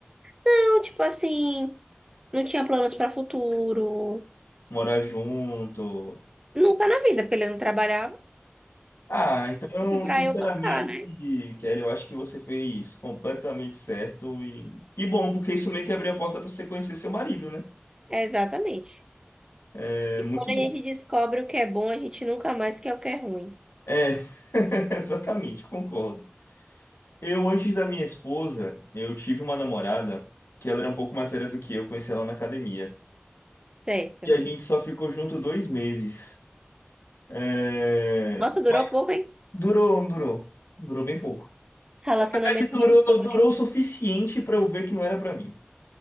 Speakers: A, on the right (about 15°); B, on the left (about 80°).
A: Não, tipo assim, não tinha planos para futuro.
B: morar junto.
A: Nunca na vida, porque ele não trabalhava,
B: Ah, então,
A: tudo pra
B: sinceramente,
A: eu bancar, né?
B: Kelly, eu acho que você fez completamente certo e que bom, porque isso meio que abriu a porta para você conhecer seu marido, né?
A: É, exatamente.
B: É
A: E
B: muito
A: quando a
B: bom.
A: gente descobre o que é bom, a gente nunca mais quer o que é ruim.
B: É, <laughs> exatamente, concordo. Eu, antes da minha esposa, eu tive uma namorada que ela era um pouco mais velha do que eu, conheci ela na academia.
A: Certo.
B: E a gente só ficou junto dois meses. É,
A: Nossa, durou pouco, hein?
B: Durou, não durou. Durou bem pouco.
A: Relacionamento,
B: Na verdade, durou,
A: relacionamento.
B: durou o suficiente para eu ver que não era para mim.